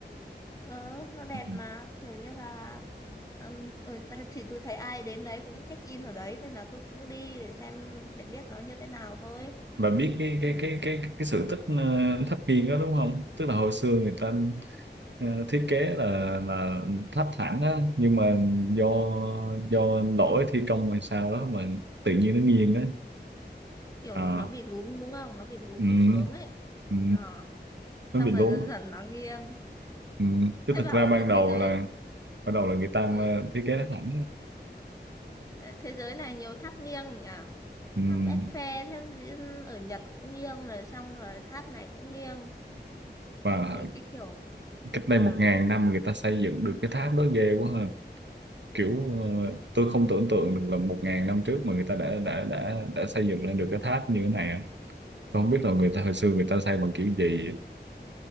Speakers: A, on the left (about 20°); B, on the right (about 85°).
A: ờ, nó đẹp
B: ừ.
A: mà kiểu như là ừm, ừ, t- thì tôi thấy ai đến đấy cũng check in ở đấy nên là tôi cũng đi để xem để biết nó như thế nào thôi,
B: và biết cái cái cái cái cái sự tích ờ, tháp nghiêng đó đúng không tức là hồi xưa người ta ờ, thiết kế là là tháp thẳng á nhưng mà do do lỗi thi công hay sao đó mà tự nhiên nó nghiêng đó,
A: kiểu
B: à,
A: nó bị lún đúng không? Nó bị lún
B: ừ,
A: xuống ấy,
B: ừ,
A: Ờ, xong
B: nó bị lún
A: rồi dần dần nó nghiêng,
B: ừ. chứ
A: thấy
B: thực
A: bảo
B: ra ban
A: trên
B: đầu
A: thế giới
B: là ban đầu là người ta
A: ừ,
B: ờ, thiết kế nó thẳng
A: thế giới này nhiều tháp nghiêng nhỉ
B: Ừm,
A: tháp Eiffel tháp gì- ở Nhật cũng nghiêng rồi xong rồi tháp này cũng nghiêng
B: và
A: thấy cái kiểu
B: cách
A: ờ
B: đây một ngàn năm người ta xây dựng được cái tháp đó ghê quá ha kiểu ờ, tôi không tưởng tượng được là một ngàn năm trước mà người ta đã đã đã đã xây dựng lên được cái tháp như thế này á. tôi không biết là người ta hồi xưa người ta xây bằng kiểu gì